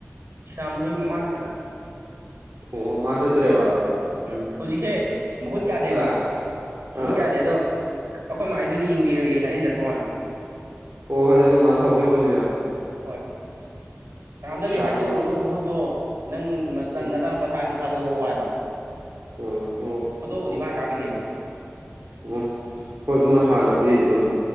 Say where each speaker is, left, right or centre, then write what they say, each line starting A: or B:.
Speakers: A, on the right; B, on the right.
A: ꯁꯌꯥꯝꯃꯍꯨꯣꯏ ꯃꯃꯥꯅ ꯆꯠꯂꯦ
B: ꯑꯣ ꯃꯥ ꯆꯠꯇꯦꯕ
A: ꯎꯝ ꯍꯧꯖꯤꯛꯁꯦ ꯃꯍꯨꯠ ꯌꯥꯗꯦꯕ
B: ꯑꯥ ꯑꯥ
A: ꯃꯍꯨꯠ ꯌꯥꯗꯦ ꯑꯗꯣ ꯑꯩꯈꯣꯏ ꯃꯥꯏꯗꯨꯗꯤ ꯌꯦꯡꯕꯤꯔꯒꯦꯅ ꯑꯟ ꯆꯠꯄ ꯋꯥꯅꯤ
B: ꯑꯣ ꯑꯗꯨꯖꯤꯅ ꯃꯥ ꯊꯕꯛ ꯆꯠꯄꯅꯤꯅ
A: ꯍꯣꯏ ꯀꯅꯥꯝꯇꯗꯤ
B: ꯁ꯭ꯌꯥꯝ
A: ꯍꯥꯏꯗꯣꯛꯎꯨꯔꯣꯅꯨ
B: ꯍꯣꯏ
A: ꯃꯍꯨꯠꯇꯣ ꯅꯪ
B: ꯎꯝ
A: ꯅꯆꯥꯅꯨꯄꯥ ꯊꯥꯔꯁꯨ ꯊꯥꯗꯣꯔꯛꯑꯣ ꯍꯥꯏꯕ
B: ꯎꯝ ꯑꯣ
A: ꯀꯇꯧ ꯃ ꯀꯥꯄꯤꯅꯦꯕ
B: ꯑꯣ ꯍꯣꯏ ꯃꯣꯏ ꯍꯥꯟꯅꯗꯤ ꯑꯗꯨꯝ